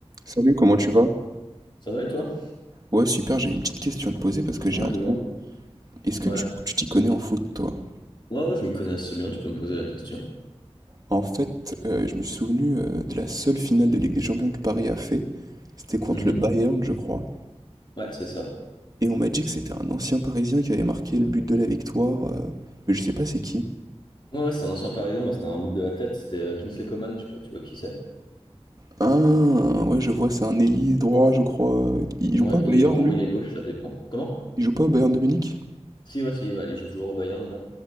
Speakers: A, on the right; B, on the left.
A: Salut, comment tu vas?
B: Ça va et toi?
A: Ouais, super, j'ai une petite question à te poser parce que
B: Ouais,
A: j'ai un
B: dis-moi.
A: trou. Est-ce que
B: Ouais.
A: tu tu t'y connais en foot, toi?
B: Ouais, ouais, je m'y connais assez bien, tu peux me poser la question.
A: En fait, euh, je me suis souvenu euh, de la seule finale de Ligue des Champions que Paris a fait. C'était contre
B: Mhm.
A: le Bayern, je crois.
B: Ouais, c'est ça.
A: Et on m'a dit que c'était un ancien Parisien qui avait marqué le but de la victoire. euh, mais je sais pas c'est qui.
B: Ouais, ouais, c'est un ancien parisien, moi c'était un but de la tête, c'était euh, Kingsley Coman, je sais pas, tu vois qui c'est.
A: Ah, ouais, je vois, c'est un ailier droit, je crois. Il joue
B: Ouais,
A: pas au Bayern,
B: il est droit
A: lui?
B: ou il est gauche, ça dépend. Comment?
A: Il joue pas au Bayern de Munich?
B: Si, ouais, si, ouais, il joue toujours au Bayern, là.